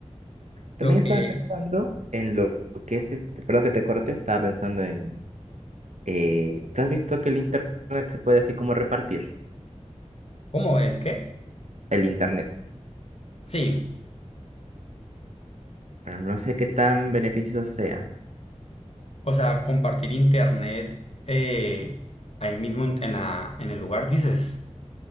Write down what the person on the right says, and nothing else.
También
estaba pensando en lo que es este, perdón que te corte, estaba pensando en, eh, ¿tú has visto que el internet se puede así como repartir?
El internet,
pero no sé qué tan beneficioso sea.